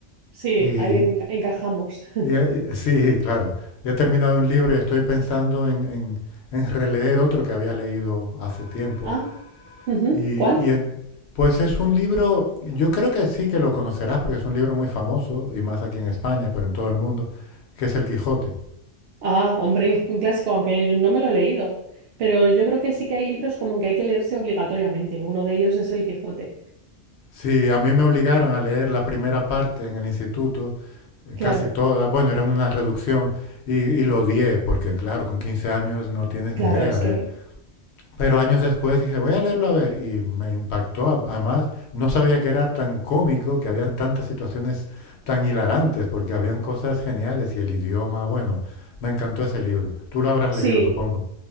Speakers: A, on the right; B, on the left.
A: Sí,
B: Y,
A: ahí enca- encajamos. <laughs>
B: y, eh, sí, claro. Ya he terminado un libro y estoy pensando en, en- en releer otro que había leído hace tiempo.
A: Ah, ujú,
B: Y,
A: ¿Cuál?
B: y en- pues es un libro, yo creo que sí que lo conocerás porque es un libro muy famoso, y más aquí en España, pero en todo el mundo, que es El Quijote.
A: Ah, hombre, un clásico, aunque yo no me lo he leído. Pero yo creo que sí que hay libros como que hay que leerse obligatoriamente. Uno de ellos es El Quijote.
B: Sí, a mí me obligaron a leer la primera parte en el instituto, eh,
A: Claro,
B: casi toda, bueno, era una reducción y, y lo odié, porque claro, con 15 años no tienes
A: claro,
B: ni idea
A: es
B: de...
A: que
B: Pero años después dije, voy a leerlo a ver, y me impactó, a- además no sabía que era tan cómico, que habían tantas situaciones tan hilarantes, porque habían cosas geniales y el idioma, bueno, me encantó ese libro. Tú lo habrás
A: sí,
B: leído, supongo.